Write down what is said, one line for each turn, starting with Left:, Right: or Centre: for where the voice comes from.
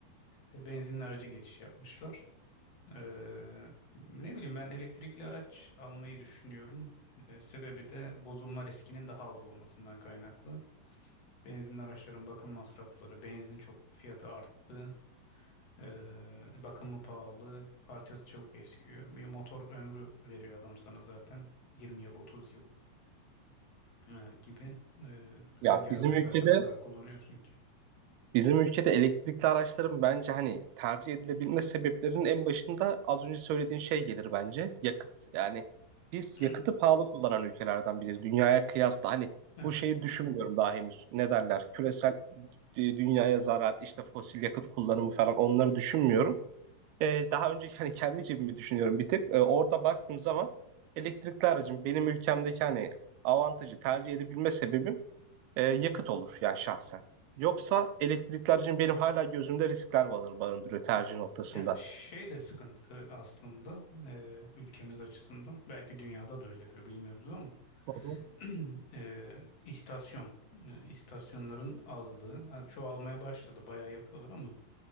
Left: e, benzinli araca geçiş yapmışlar. E, ne bileyim ben elektrikli araç almayı düşünüyorum. E, sebebi de bozulma riskinin daha az olmasından kaynaklı. Benzinli araçların bakım masrafları, benzin çok fiyatı arttı. E, bakımı pahalı, parçası çabuk eskiyor. Bir motor ömrü veriyor adam sana zaten. 20 yıl, 30 yıl e, gibi e,
Right: Ya
Left: hangi
Right: bizim
Left: arabayı
Right: ülkede
Left: zaten o kadar kullanıyorsun ki?
Right: Bizim ülkede elektrikli araçların bence hani tercih edilebilme sebeplerinin en başında az önce söylediğin şey gelir bence. Yakıt. Yani biz
Left: <clears throat>
Right: yakıtı pahalı kullanan ülkelerden biriyiz. Dünyaya kıyasla hani
Left: Evet.
Right: bu şeyi düşünmüyorum daha henüz. Ne derler? Küresel e, dünyaya zarar, işte fosil yakıt kullanımı falan onları düşünmüyorum. E, daha önce hani kendi cebimi düşünüyorum bir tık. E, orada baktığım zaman elektrikli aracın benim ülkemdeki hani avantajı tercih edebilme sebebim e, yakıt olur yani şahsen. Yoksa elektrikler için benim hala gözümde riskler barın- barındırıyor tercih noktasında.
Left: Ya şey de sıkıntı aslında e, ülkemiz açısından belki dünyada da öyledir bilmiyoruz ama
Right: Hı hı.
Left: <clears throat> e, istasyon e, istasyonların azlığı ha, çoğalmaya başladı bayağı yapıyorlar ama